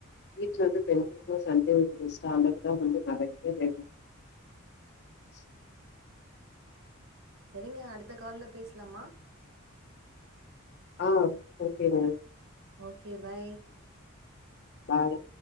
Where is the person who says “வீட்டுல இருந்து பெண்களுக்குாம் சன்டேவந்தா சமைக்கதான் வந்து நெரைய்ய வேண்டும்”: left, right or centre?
Left